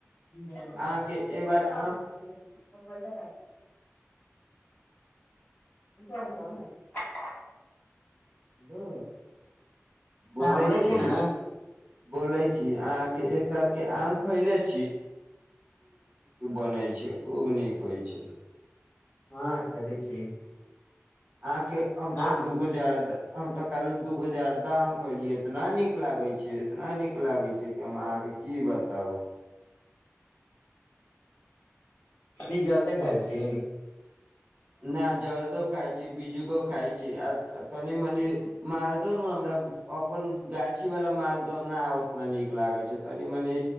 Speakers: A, on the left; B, on the right.
A: <unintelligible>
B: अहाँके ए बार आम खैले छी
A: <inaudible>
B: आँय हेलो बोलै
A: हँ
B: छी
A: छियै ने
B: बोलै छी अहाँ के एक साल के आम खइले छै बनै छै खूब नीक होइ छै
A: हँ खइले छी
B: आके हम
A: आ
B: तऽ दूगो जार हम तक कल दुगो जर्दा आम खेलियई इतना निक लाग छै इतना निक लाग छै कि हम अहाँके की बताउ
A: खाली जारदे खाइ छी
B: नई जरर्दो खााय छी बिजुओ खाय छी आ तनि मनि मालदह ने हमरा अपन गाछी वला मालदह न उतना नीक लागैत छै तनी मनी